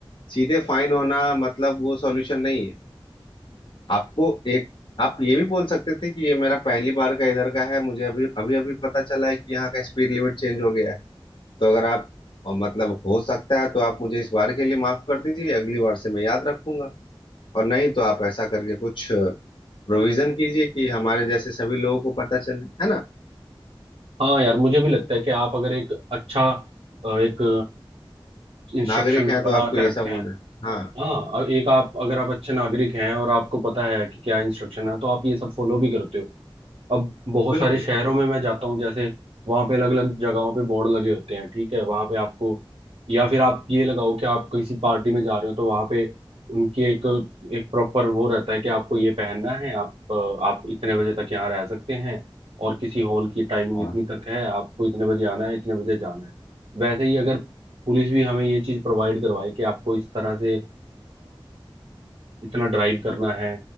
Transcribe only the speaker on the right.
हाँ यार मुझे भी लगता है कि आप अगर एक अच्छा अ, एक इंस्ट्रक्शन
बना
के
रखते
हैं
हाँ अ- एक आप अगर आप अच्छे नागरिक हैं और आपको पता है कि क्या इंस्ट्रक्शन है तो आप ये सब फॉलो भी करते हो अब बहुत
सारे शहरों में मैं जाता हूँ जैसे वहां पे अलग अलग जगहों पे बोर्ड लगे होते हैं ठीक है वहां पे आपको या फिर आप ये लगाओ कि आप किसी पार्टी में जा रहे हो तो वहां पे उनकी एक एक प्रॉपर वो रहता है कि आपको ये पहनना है आप अ, आप इतने बजे तक यहाँ रह सकते हैं और किसी हॉल की टाइमिंग
इतनी तक है आपको इतने बजे आना है इतने बजे जाना है वैसे ही अगर पुलिस भी हमें ये चीज प्रोवाइड करवाए कि आपको इस तरह से इतना ड्राइव करना है